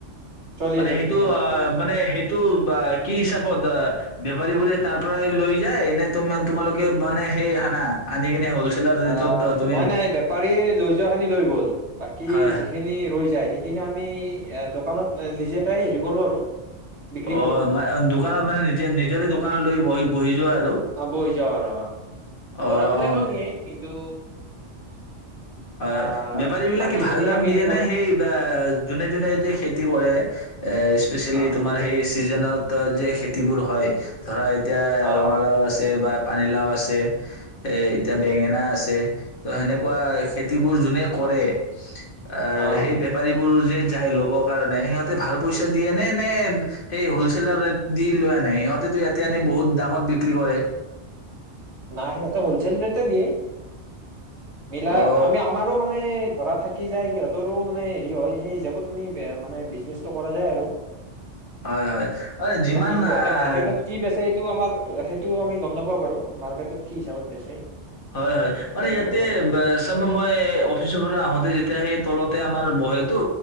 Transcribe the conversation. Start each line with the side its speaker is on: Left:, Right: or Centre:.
Right: চলি
Left: মানে
Right: আছে
Left: সেইটো
Right: চলি আছে
Left: অঁ
Right: চলি আছে
Left: মানে সেইটো বা কি হিচাপত অঁ বেপাৰীবোৰে তাৰ পৰাই লৈ যায় নে তোমা তোমালোকে মানে সেই আনা আনি কিনে হ'ল
Right: আহ
Left: <unintelligible>
Right: নাই নাই বেপাৰী লৈ যোৱা খিনি লৈ গ'ল বাকী
Left: হয়
Right: যিখিনি ৰৈ যায় সে <unintelligible> আমি দোকানত নিজাকে হেৰি কৰো আৰু বিক্ৰী
Left: অঁ
Right: কৰো
Left: ম দোকানত মানে নিজে নিজৰে দোকান লৈ বহি বহি যোৱা আৰু
Right: অঁ বহী যাওঁ আৰু অঁ
Left: অ
Right: লৰা বিলাকেও নিয়ে কিন্তু
Left: হয়
Right: আহ
Left: বেপাৰী বিলাকে
Right: বাকী
Left: ভাল
Right: খিনি
Left: দাম
Right: আমি
Left: দিয়ে নে
Right: কৰো
Left: সেই বা যোনে যোনে যে খেতি কৰে এ স্পেচিয়েলি
Right: অ
Left: তোমাৰ সেই ছিজনত যে খেতিবোৰ হয় ধৰা এতিয়া
Right: অ
Left: ৰঙালাও আছে বা পানীলাও আছে এ এতিয়া বেঙেনা আছে ত সেনেকুৱা খেতি খেতিবোৰ যোনে কৰে অঁ
Right: অ
Left: সেই বেপাৰীবোৰ যি যাই ল'বৰ কাৰণে সিহঁতে ভাল পইচা দিয়ে নে নে সেই হলচেলৰ ৰেট দি লোৱা নাই সিহঁতো ইয়াতে আনি <unintelligible> বহুত দামত বিক্ৰী কৰে
Right: নাই সিহঁতে হলছেল ৰেটে দিয়ে মিলাম
Left: অ
Right: আমি আমাৰো মানে ধৰা থাকি যায় সিহঁতৰো মানে হেৰি হয় সেই হিচাপত আমি মানে বিজনেছটো কৰা যায় আৰু
Left: হয় হয় <unintelligible> যিমান
Right: বাকী সিহঁতে
Left: আহ
Right: মাৰ্কেটত কি বেচে সেইটো আমাৰ সেইটো আমি গম নাপাও বাৰু মাৰ্কেটত কি হিচাপত বেচে
Left: হয় হয়
Right: সেইটো
Left: মানে
Right: আমি
Left: ইয়াতে
Right: গম নাপাওঁ
Left: চাব মই অফিচৰ পৰা আহোতে যেতিয়া সেই তলতে <unintelligible> বহেতু